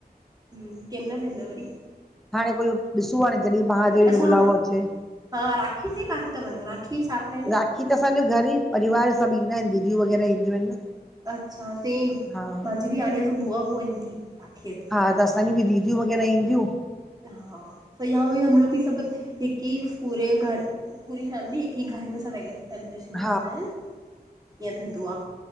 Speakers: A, on the right; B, in the centre.
A: हम केमहिल वेंदा वरी?
B: हाणे कोई ॾिसो हाणे जॾहिं महादेव
A: अच्छा
B: जो बुलावो अचे।
A: हा राखी ते काथे त वनो राखी साथ में
B: राखी त असांजो घर ई परिवार सभु ईंदा आहिनि दीदीयूं वग़ैरह ईंदियूं आहिनि न।
A: अच्छा सेम
B: हा
A: मांजी बि हाणे बुआ बुआ ईंदी राखीअ ते।
B: हा त असांजी बि दीदियूं वग़ैरह ईंदियूं।
A: हा त इहा बि हलो बि सभु हिकु ई पूरे घर पूरी फैमिली हिकु घर में सेलिब्रेशन
B: हा
A: कंदा आहिनि ईअं थींदो आ।